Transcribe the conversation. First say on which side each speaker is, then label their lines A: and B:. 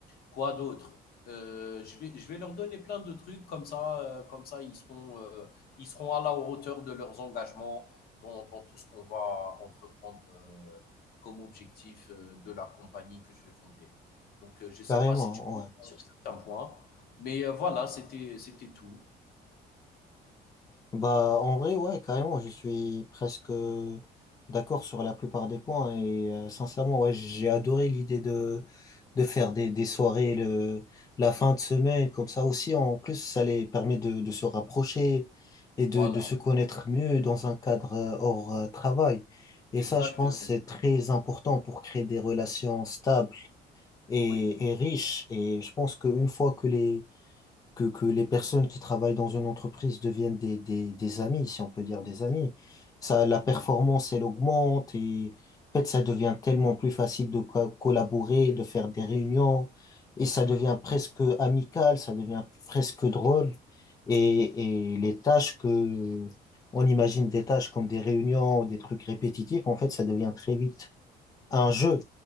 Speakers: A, on the left; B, on the left.
A: Quoi d'autre Euh, Je vais je vais leur donner plein de trucs comme ça, euh, comme ça ils seront euh, ils seront à la hauteur de leurs engagements dans dans tout ce qu'on va entreprendre euh, comme objectif euh, de la compagnie que je vais fonder. Donc euh, je sais
B: Carrément,
A: pas si tu veux
B: ouais.
A: sur certains points, mais euh, voilà, c'était c'était tout.
B: Bah, en vrai, ouais, carrément, je suis presque euh, d'accord sur la plupart des points et euh, sincèrement, ouais, j'ai adoré l'idée de, de faire des, des soirées le, la fin de semaine, comme ça aussi, en plus, ça les permet de, de se rapprocher et
A: Voilà,
B: de, de se connaître mieux dans un cadre euh, hors euh, travail. Et
A: exactement.
B: ça, je pense, c'est très important pour créer des relations stables et,
A: Oui,
B: et riches. Et je pense qu'une fois que les que, que les personnes qui travaillent dans une entreprise deviennent des, des, des amis, si on peut dire des amis. Ça, la performance,
A: oui.
B: elle augmente et en fait, ça devient tellement plus facile de co- collaborer, de faire des réunions et ça devient presque amical, ça devient presque drôle. Et, et les tâches que, on imagine des tâches comme des réunions ou des trucs répétitifs, en fait, ça devient très vite un jeu.